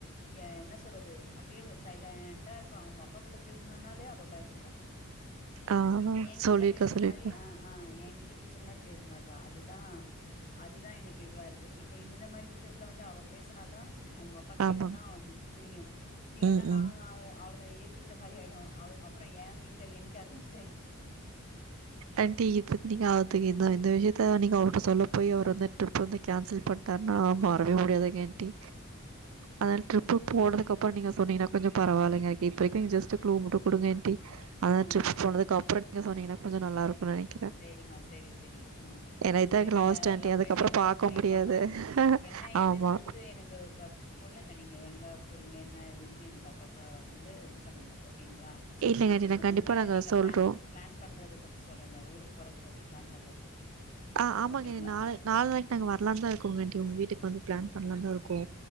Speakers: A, on the left; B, on the right.
A: எ என்ன சொல்றது அப்டியே சைலேண்டா இருப்பா அவங்க அப்பா கிட்ட பேசனுனாலே அவ பயப்படுவா
B: ஆகா
A: என்கிட்ட
B: சொல்லிருக்கா
A: பேசுற
B: சொல்லிருக்கா
A: மாரி ஆ ஆ ஏ கிட்ட பேசுற மாரி பேச மாட்றா அதுதா அதுதா எனக்கு இதுவா இருக்கு இப்ப இந்த மாரி விஷயத்துல வந்து அவ பேசுனாதா அவங்க அப்பா கேட்டாதா
B: ஆமாங்க
A: அவனுக் புரியு இல்லனா
B: ம்
A: நா
B: ம்
A: அ அவ அவள ஏத் திவிட்ட மாரி ஆய்டு அவ அப்பறோ ஏ வீட்டுக்காரு எனக்கு அகைண்ட்ஸ்
B: ஆண்டி இப்பத்திக்கி அவர்ட்ட இந்த விஷயத்த நீங்க அவருட்ட சொல்ல போயி அவர் வந்து ட்ரிப் வந்து கேன்சல் பண் டாருன்னா வறவே
A: ஆ,
B: முடியாதுங்க ஆன்ட்டி அதன் ட்ரிப்பு போனதுக்கப்றோ நீங்க சொன்னீங்கனா கொஞ்சோ பரவலைங் ஆன்டி இப்பரைக்கு நீங்க ஜஸ்ட் க்ளூ மட்டு குடுங்க ஆன்டி அதா
A: ஆ.
B: ட்ரிப் போனதுக்கு அப்புறோ நீங்க சொன்னீங்கனா கொஞ்சோ நல்லா இருக்குன் நெனைக்
A: சேரி மா செரி செரி ஆ
B: ஏன்னா இதாங்க
A: சேரி நீங்கல்லா
B: லாஸ்ட் ஆண்டி அதுக்கப்புறம்
A: போயிட்டு என்ஜாய்
B: பாக்க
A: பண்ணிட்டு
B: முடியாது
A: வாங்க என்ன ஏதுன்னு
B: ஆமா
A: வந்து எனக்கு இப்ப சொல்லுங்க நீங் க எங்க போறீங்க என்ன ஏதுனு எனக்கு அப்பப்ப வந்து இது பண்ணுங்க ஓகேங்ளா
B: இல்லங்க ஆண்டி
A: எதுன்
B: நாங்க கண்டிப்பா
A: இல்ல
B: நாங்க
A: நீங்க
B: சொல்றோம்
A: பிளான் பிளான் பண்றது பத்தி சொல்றந்த ஊருக்கு போறத பத்தி பிளான் பண்றத பத்தி
B: ஆ ஆமாங்க
A: ஓகேங்களா
B: நாளை நாளனைக்கு நாங்க வரலா தா இருக்கோங் ஆண்ட்டி உங்க வீட்டுக்கு வந்து பிளான் பண்ணலா தா இருக்கோ